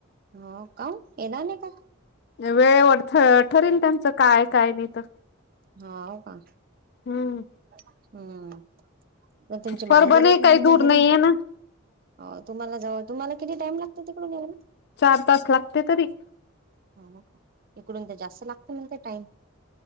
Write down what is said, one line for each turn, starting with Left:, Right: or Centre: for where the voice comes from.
Right: हा. काऊ येणार नाही का?
Left: वेळेवर ठरेल त्यांचं काय काय नाही तर.
Right: होव का?
Left: हम्म.
Right: हम्म. मग तुमचे
Left: परभणी
Right: मांजर आहेत ना
Left: काही
Right: तुमच्या
Left: दूर नाही
Right: घरी.
Left: आहे ना
Right: हो, तुम्हाला जाऊ तुम्हाला किती टाइम लागतो तिकडून यायला?
Left: चार तास लागते तरी.
Right: ह का, इकडून तर जास्त लागत म्हणते टाइम.